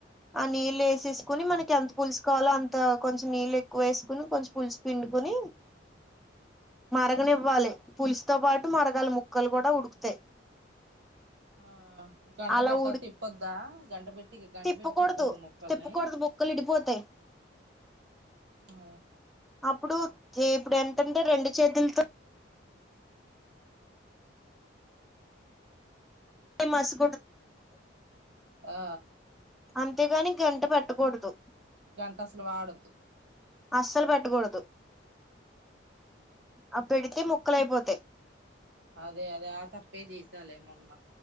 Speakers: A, in the centre; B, on the right.
A: ఆ నీళ్ళు ఎసేసి కుని మనకి ఎంత పులుసుకావాలో అంత కొంచెం నీళ్ళు ఎక్కువ వేసుకుని కొంచం పులుసు పిండుకుని మరగనివ్వాలి పులుసుతో పాటు మరగాలే ముక్కలు కూడా ఉడుకుతయి
B: ఆ గంటబెట్ట
A: అలా ఉడికి
B: తిప్పొద్దా గంటబెట్ ఇగ గంట
A: తిప్పకూడదు
B: పెట్టీ తిప్పద్ద ముక్కల్ని
A: తిప్పకూడదు ముక్కలు ఇడిపోతాయి
B: ఆ
A: అప్పుడు ఇప్పుడు ఎంతంటే రెండు చేతులతో మాస్గుడు <unintelligible>
B: ఆ
A: అంతేగాని గంట పెట్టకూడదు
B: గంట అసలు వాడొద్దు
A: అస్సలు పెట్టకూడదు అ పెడితే ముక్కలయిపోతాయి
B: అదే అదే ఆ తప్పే చేసాలే మొన్న